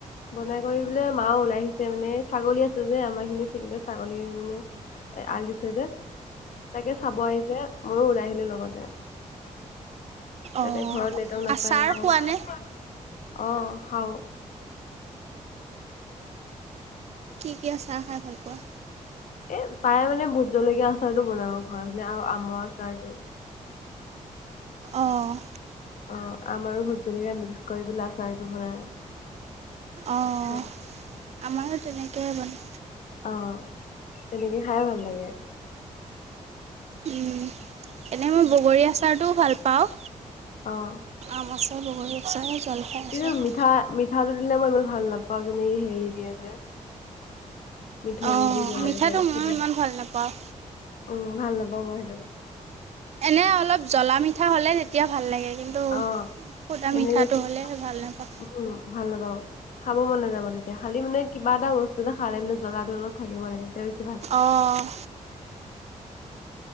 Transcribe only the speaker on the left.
বনাই কৰি পেলে মাও ওলাই আহিছে মানে, ছাগলী আছে যে আমাৰ খিনি ফিল্ডত ছাগলী মানে- এ আল দিছে যে, তাকে চাব আহিছে ময়ো ওলাই আহিলো লগতে। তাতে
ঘৰত নেতৱৰ্ক নাপায়
আকৌ,
অঁ খাওঁ।
এ প্ৰায়ে মানে ভোত জলকীয়া আচাৰটো বনাও ঘৰতে আৰু আমৰ আচাৰটো।
অঁ আমা আৰু ভোত জলকীয়া মিক্স কৰি পেলাই আচাৰটো বনাই।
হয়।
অঁ তেনেকে খাইয়ে ভাল লাগে।
অ'।
কিন্তু
মিঠা মিঠাটো দিলে মই ইমান ভাল নাপাওঁ, যেনেকি হেৰি দিয়ে যে- মিঠৈ
দি বনাই
যে
সেইটো
উম' ভাল নাপাওঁ মই সেইটো।
অ'।
এনে
যে
উম' ভাল নাপাওঁ। খাব মন নাযাব তেতিয়া, খালি মানে কিবা এটা বস্তুতে খালে মানে জ্বলাটো অলপ থাকিব লাগে তেতিয়া বে-